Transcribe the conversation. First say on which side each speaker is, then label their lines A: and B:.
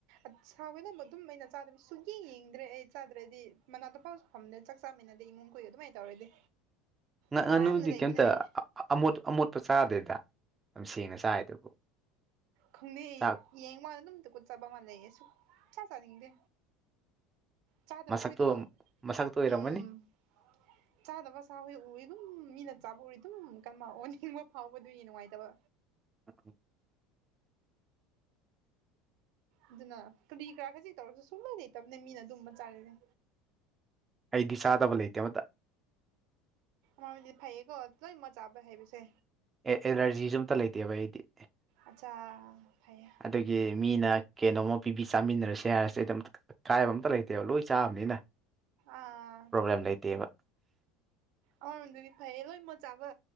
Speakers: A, on the right; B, on the right.
A: ꯑꯠꯁ ꯍꯥꯎꯋꯦꯅ ꯃꯗꯨꯝ ꯑꯩꯅ ꯆꯥꯗꯕꯩ ꯁꯨꯛꯌꯦꯡ ꯌꯦꯡꯗ꯭ꯔꯦ ꯑꯩ ꯆꯥꯗ꯭ꯔꯗꯤ ꯃꯅꯥꯛꯇꯐꯥꯎ ꯐꯝꯗꯦ ꯆꯥꯛ ꯆꯥꯃꯤꯟꯅꯗꯦ ꯏꯃꯨꯡ ꯈꯣꯏꯒ ꯑꯗꯨꯃꯥꯏ ꯇꯧꯔꯗꯤ
B: ꯉꯥ
A: ꯇꯣꯉꯥꯟꯅ
B: ꯉꯥꯅꯨꯗꯤ
A: ꯂꯩꯕꯅꯦ
B: ꯀꯩꯝꯇ
A: ꯑꯩ
B: ꯑ ꯑꯃꯣꯠ ꯑꯃꯣꯠꯄ ꯆꯥꯗꯦꯗ ꯌꯥꯝ ꯁꯦꯡꯅ ꯆꯥꯏꯗꯨꯕꯨ
A: ꯈꯪꯗꯦ
B: ꯆꯥꯛ
A: ꯌꯦꯡꯕꯗ ꯑꯗꯨꯝ ꯇꯨꯀꯨꯠꯆꯕ ꯑꯃ ꯂꯩꯌꯦ ꯁꯨꯛꯆꯥ ꯆꯥꯅꯤꯡꯗꯦ ꯆꯥꯗꯕ
B: ꯃꯁꯛꯇꯣ
A: ꯍꯣꯏꯗꯣ
B: ꯃꯁꯛꯇꯣ ꯑꯣꯏꯔꯝꯃꯅꯤ
A: ꯎꯝ ꯆꯥꯗꯕ ꯁꯥꯍꯣꯏ ꯎꯋꯦ ꯑꯗꯨꯝ ꯃꯤꯅ ꯆꯥꯕ ꯎꯔ‌ꯦ ꯑꯗꯨꯝ ꯀꯝꯃ ꯑꯣꯅꯤꯡꯕ ꯐꯥꯎꯕꯗꯨꯏ ꯅꯨꯡꯉꯥꯏꯇꯕ
B: <unintelligible>
A: ꯑꯗꯨꯅ ꯀꯔꯤ ꯀꯔꯥ ꯈꯖꯤꯛ ꯇꯧꯔꯁꯨ ꯁꯨꯡꯂꯧ ꯂꯩꯇꯕꯅꯦ ꯃꯤꯅ ꯑꯗꯨꯝꯕ ꯆꯥꯔꯗꯤ
B: ꯑꯩꯗꯤ ꯆꯥꯗꯕ ꯂꯩꯇꯦ ꯑꯃꯇ
A: ꯃꯥꯎꯗꯤ ꯐꯩꯌꯦꯀꯣ ꯂꯣꯏꯃꯛ ꯆꯥꯕ ꯍꯥꯏꯕꯁꯦ
B: ꯑꯦ ꯑꯦꯂꯔꯖꯤꯖꯨ ꯑꯝꯇ ꯂꯩꯇꯦꯕ ꯑꯩꯗꯤ
A: ꯑꯁꯥ ꯐꯩꯌꯦ
B: ꯑꯗꯨꯒꯤ ꯃꯤꯅ ꯀꯩꯅꯣꯝꯃ ꯄꯤꯕꯤ ꯆꯥꯃꯤꯟꯅꯔꯁꯦ ꯍꯥꯏꯔꯁꯨ ꯑꯗꯨꯝ ꯀꯥꯏꯕ ꯑꯝꯇ ꯂꯩꯇꯦꯕ ꯂꯣꯏ ꯆꯥꯕꯅꯤꯅ
A: ꯑꯥ
B: ꯑꯝ ꯂꯩꯇꯦꯕ
A: ꯑꯃꯔꯣꯝꯗꯗꯤ ꯐꯩꯌꯦ ꯂꯣꯏꯃꯛ ꯆꯥꯕ